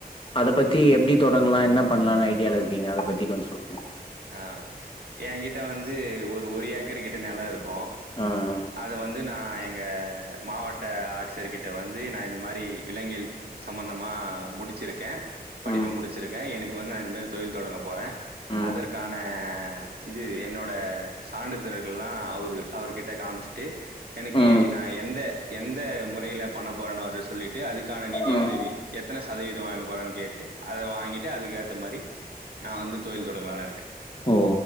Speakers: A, on the left (about 35°); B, on the right (about 80°).
A: அத பத்தி எப்டி தொடங்கலா என்ன பண்ணலான்னு ஐடியாவ்ல இருக்கீங்க அத பத்தி கொஞ்சே சொல்
B: ஆ ஏங் கிட்ட வந்து ஒரு ஒரு ஏக்கர் கிட்ட நெல இருக்கோ
A: அ அம்
B: அத வந்து நா எங்க மாவட்ட ஆட்சியர்கிட்ட வந்து நா இது மாரி விலங்கியல் சம்மந்தமா முடிச்சிருக்கே படிப்ப
A: ம்
B: முடிச்சிருக்கே எனக்கு வந்து நா இந்த மாதிரி தொழில் தொடங்க போறே
A: ம்
B: அதற்கான இது என்னோட சான்றிதழகள்லா அவுரு அவர்கிட்ட காம்ச்சிட்டு என்னைக்கி
A: ம்
B: நா எந்த எந்த முறையில பண்ண போறன் அவர்ட்ட சொல்லிட்டு அதுக்கான நிதி
A: ம்
B: உதவி எத்தன சதவீதம் வாங்க போறான்னு கேட் ட்டு அத வாங்கிட்டு அதுக்கேத்த மாதிரி நா வந்து தொழில் தொடங்கலான் இருக்கே
A: ஓ